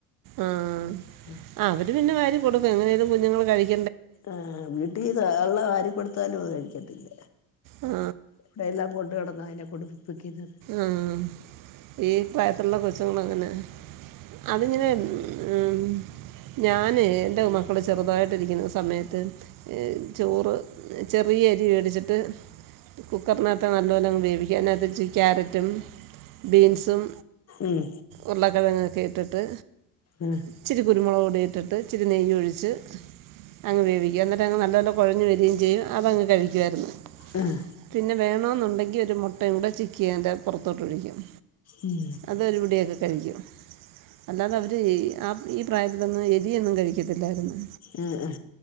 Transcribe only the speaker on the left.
<unintelligible>
ആഹ് വീട്ടിന്ന് ആള വാരി കൊടുത്താലും അത് കഴിക്കത്തില്ല.
വിടെ എല്ലാം കൊണ്ട് നടന്ന അയിനെ കൊടുപ്പിക്കുന്നത്
ഉം
ആഹ്
ആഹ്
ഉം
ആഹ് ആഹ്